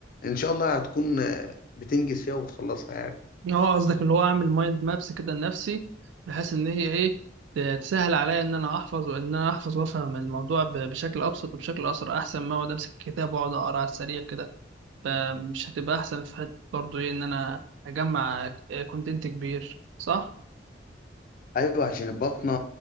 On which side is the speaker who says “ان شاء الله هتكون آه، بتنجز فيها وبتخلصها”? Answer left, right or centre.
Left